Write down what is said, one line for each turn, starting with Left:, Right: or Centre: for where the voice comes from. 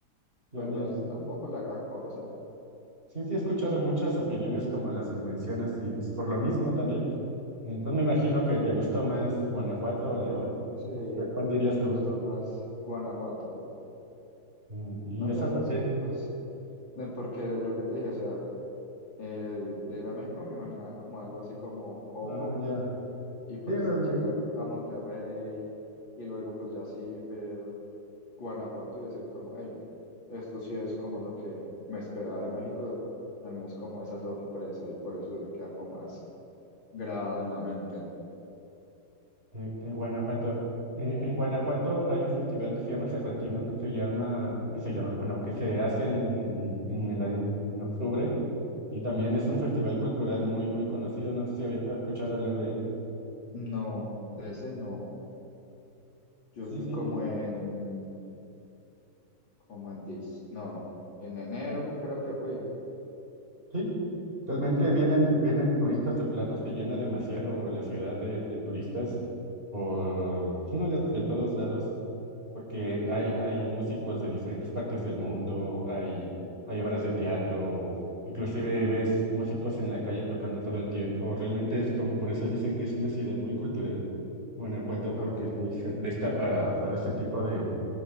Right: Ya,
Left: pues
Right: ya,
Left: no
Right: sí.
Left: es tampoco la gran cosa.
Right: Sí, sí, he escuchado muchas opiniones como las que mencionas y pues por lo mismo también. Entonces me imagino que te gustó más Guanajuato o León.
Left: Sí, me
Right: ¿Cuál dirías tú?
Left: gustó más Guanajuato.
Right: Mm, ¿Y
Left: No,
Right: eso
Left: y además
Right: por qué?
Left: que, pues, eh, porque lo que te dije, o sea, eh, de ir a México me imaginaba como algo así como Coco
Right: Ah, ya.
Left: y pues
Right: Sí, realmente.
Left: llegar a Monterrey y luego pues ya sí ver Guanajuato y decir como, hey, esto sí es como lo que me esperaba de México, también es como esa sorpresa y por eso se me queda como más grabado en la mente.
Right: de, de Guanajuato. Eh, en Guanajuato hay un festival que se llama Cervantino, que se llama, que se llama, bueno, que se hace en, en, en el año- en octubre, y también es
Left: Sí.
Right: un festival cultural muy, muy conocido. No sé si habías escuchado hablar de él.
Left: No, de ese no. Yo
Right: Sí,
Left: fui
Right: sí,
Left: como
Right: sí.
Left: en, como en, dis- no, en enero creo que fui,
Right: Sí, realmente
Left: sí.
Right: vienen, vienen turistas de plano, se llena demasiado la ciudad de, de turistas por pues, uno de, de todos lados. porque
Left: Ujú,
Right: hay, hay músicos de diferentes partes del mundo, hay, hay obras de teatro, inclusive ves músicos en la calle tocando todo el tiempo. Realmente es como, por eso dicen que es una ciudad muy cultural, Guanajuato,
Left: Ok,
Right: porque sí se presta para, para ese tipo de,